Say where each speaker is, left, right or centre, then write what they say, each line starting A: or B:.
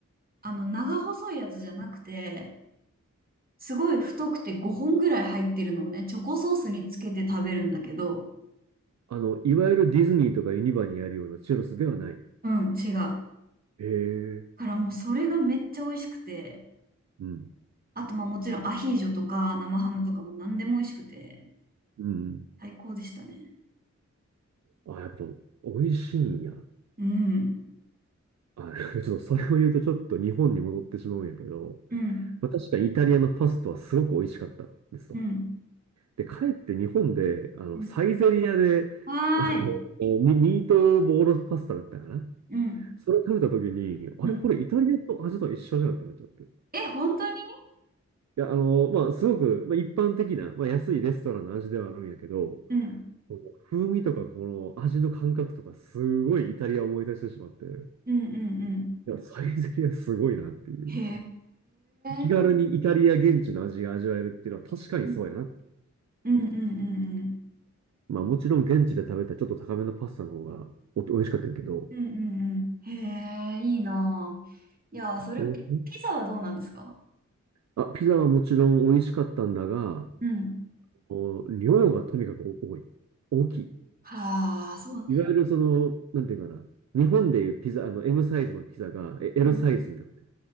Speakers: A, on the right; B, on the right.
A: あの、長細いやつじゃなくて、すごい太くて5本ぐらい入ってるのをね、チョコソースにつけて食べるんだけど、
B: あの、いわゆるディズニーとかユニバにあるようなチュロスではない。
A: うん、違う。
B: へえ。
A: からもうそれがめっちゃ美味しくて、
B: うん。
A: あと、まあもちろんアヒージョとか生ハムとかも何でも美味しくて、
B: うん。
A: 最高でしたね。
B: あ、やっぱ、美味しいんや。
A: うん。
B: あ、<laughs> ちょっとそれを言うとちょっと日本に戻ってしまうんやけど、
A: うん。
B: まあ、確かにイタリアのパスタはすごく美味しかったですと。
A: うん。
B: で、かえって日本で、あの、
A: うん
B: サイゼリアで、
A: はーい。
B: あの、ミ、ミートボールパスタだったかな。
A: うん。
B: それを食べた時に、あれこれイタリアと味と一緒じゃんってなっちゃって。
A: うん。え、本当に
B: いや、あの、まあ、すごく、まあ、一般的な、まあ、安いレストランの味ではあるんやけど、
A: うん。
B: この風味とか、この味の感覚とか、すごいイタリアを思い出してしまって、
A: うん。うん。うん。
B: いや、サイゼリアすごいなっていう。
A: へ
B: 気軽にイタリア現地の味が味わえるっていうのは確かにそうやな。
A: え。うんうんうんうん。
B: まあ、もちろん現地で食べたちょっと高めのパスタの方がお美味しかったんやけど、
A: うんうんうん。へえ、いいなあいやあそれ、
B: うん
A: えピザはどうなんですか
B: あ、ピザはもちろん美味しかったんだが、
A: うん。
B: お量がとにかく多い。大きい。
A: はあ、そう。
B: いわゆるその、なんていうかな。日本でいうピザ、あの、M サイズのピザがえ L
A: うん
B: サイズになってる。